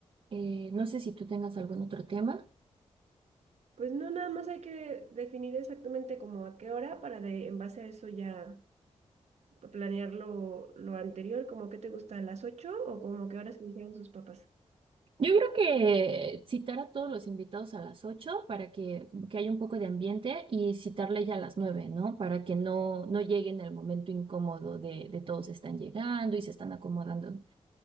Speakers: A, on the right; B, on the right.
A: eh, no sé si tú tengas algún otro tema.
B: Pues no, nada más hay que definir exactamente como a qué hora para de, en base a eso ya planear lo, lo anterior, como que te gusta a las 8 o como qué horas te dijeron sus papás.
A: Yo creo que citar a todos los invitados a las 8 para que, como que haya un poco de ambiente y citarle ya a las nueve ¿no? Para que no, no llegue en el momento incómodo de, de todos están llegando y se están acomodando.